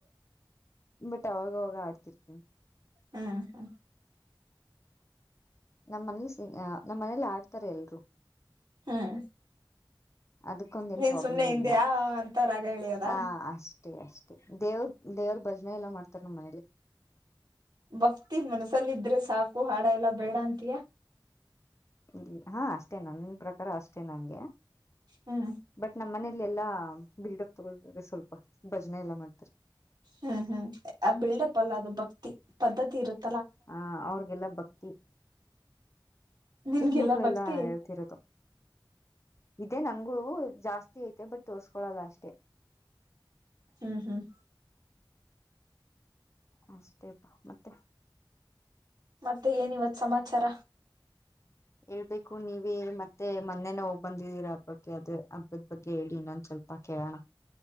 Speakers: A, on the left; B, on the right.
A: ಬಟ್ ಅವಾಗ ಅವಾಗ ಆಡ್ತಿರ್ತೀನ್ಿ
B: ಹ್ಮ್ ಹಾ
A: ನಮ್ಮ್ ಮನಲಿ ಸಿ ನಮ್ಮ ಮನೇಲಿ ಆಡ್ತಾರೆ ಎಲ್ರು
B: ಹ್ಮ್
A: ಅದಕ್ಕೊಂದೇನ್
B: ನೀನ್
A: ಪ್ರಾಬ್ಲಮ್
B: ಸುಮ್ನೆ ಹಿಂದೆ
A: ಇಲ್ಲ
B: ಆ ಅಂತ ರಾಗ ಎಳಿಯೋದ
A: ಹ ಅಷ್ಟ ಅಷ್ಟೇ ಅಷ್ಟೇ ದೇವ್ರ ದೇವ್ರ ಭಜನೆ ಎಲ್ಲಾ ಮಾಡ್ತಾರ ನಮ್ಮ ಮನೇಲಿ
B: ಭಕ್ತಿ ಮನ್ಸಲ್ಲ ಇದ್ರೆ ಸಾಕು ಹಾಡ ಎಲ್ಲಾ ಬೇಡ ಅಂತಯಾ
A: ಇ ಹಾ ಅಷ್ಟೇ ನನ್ನ ಪ್ರಕಾರ ಅಷ್ಟೇ ನಂಗೆ
B: ಹ್ಮ್
A: ಬಟ್ ನಮ್ಮ್ ಮನೆ ಇಲ್ಲ ಎಲ್ಲಾ ಬಿಲ್ಡಪ್ ತಗೋ್ರ ಸ್ವಲ್ಪ ಭಜನೆ ಎಲ್ಲಾ ಮಾಡ್ತಾರೆ
B: ಹ್ಮ್ ಹ್ಮ್ ಆ ಬಿಲ್ಡಪ್ಪ ಅಲ್ಲ ಅದು ಭಕ್ತಿ ಪದ್ಧತಿ ಇರುತ್ತೆ
A: ಹ ಅವ್ರಿಗೆಲ್ಲ ಭಕ್ತಿ
B: ನಿನ್ಗಿಲ್ಲ
A: ಚಿಕ್ಕ ಮಕ್ಳೆಲ್ಲಾ
B: ಭಕ್ತಿ
A: ಹೇಳ್ತಿರೋದು ಮ ನನ್ಗೂ ಜಾಸ್ತಿ ಐತೆ ಬಟ್ ತೋರ್ಸ್ಕೊಳಲ್ಲ ಅಷ್ಟೇ
B: ಹ್ಮ್ ಹ್ಮ್
A: ಅಷ್ಟೇತಾ ಮತ್ತೆ
B: ಮತ್ತೆ ಏನ ಇವತ್ ಸಮಾಚಾರ
A: ಹೇಳ್ಬೇಕು ನೀವ ಮತ್ತೆ ಮೊನ್ನೆನ ಹೋಗ್ ಬಂದಿದ್ದೀರಾ ಹಬ್ಬಕ್ಕೆ ಅದ ಹಬ್ಬದ ಬಗ್ಗೆ ಹೇಳಿ ಇನ್ನೊಂದ್ ಚಲ ಸ್ವಲ್ಪ ಕೇಳಣ